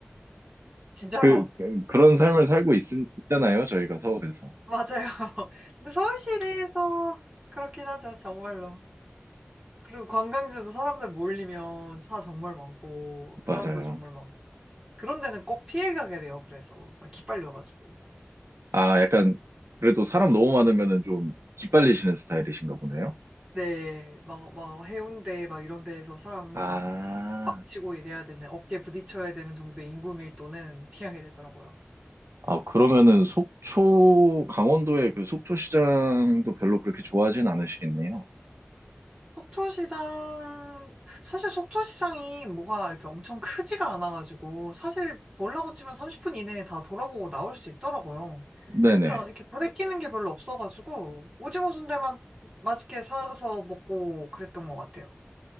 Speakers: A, on the right; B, on the right.
A: 진짜로.
B: 그 그- 그런 삶을 살고 있, 있잖아요. 저희가 서울에서.
A: <laughs> 맞아요. <laughs> 근데 서울 시내에서 그렇긴 하죠. 정말로. 그리고 관광지도 사람들 몰리면 차 정말 많고,
B: 맞아요.
A: 사람도 정말 많고. 그런 데는 꼭 피해 가게 돼요. 그래서. 막 기빨려가지고.
B: 아, 약간 그래도 사람 너무 많으면은 좀 기빨리시는 스타일이신가 보네요.
A: 네. 막, 막 해운대 막 이런 데에서 사람
B: 아,
A: 막 박치고 이래야 되는, 어깨 부딪혀야 되는 정도의 인구 밀도는 피하게 되더라고요.
B: 아, 그러면은 속초, 강원도의 그 속초시장도 별로 그렇게 좋아하진 않으시겠네요.
A: 속초시장, 사실 속초시장이 뭐가 이렇게 엄청 크지가 않아가지고, 사실 몰라고 치면 30분 이내에 다 돌아보고 나올 수 있더라고요.
B: 네네.
A: 그래서 이렇게 부대 끼는 게 별로 없어가지고, 오징어 순대만 맛있게 사서 먹고 그랬던 것 같아요.